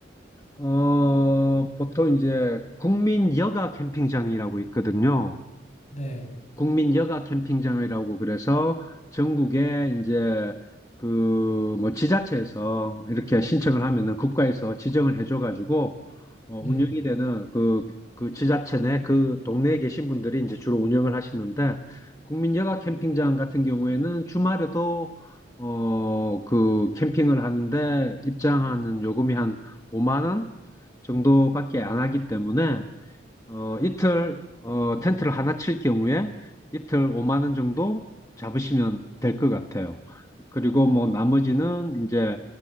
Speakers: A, on the left; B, on the left.
A: 어, 보통 이제 국민 여가 캠핑장이라고 있거든요.
B: 네,
A: 국민 여가 캠핑장이라고 그래서 전국에 이제 그 뭐 지자체에서 이렇게 신청을 하면은 국가에서 지정을 해줘가지고 어,
B: 네.
A: 운영이 되는 그, 그 지자체 내 그 동네에 계신 분들이 이제 주로 운영을 하시는데 국민 여가 캠핑장 같은 경우에는 주말에도 어, 그 캠핑을 하는데 입장하는 요금이 한 5만 원 정도밖에 안 하기 때문에 어, 이틀 어, 텐트를 하나 칠 경우에 이틀 5만 원 정도 잡으시면 될 것 같아요. 그리고
B: 어,
A: 뭐 나머지는 이제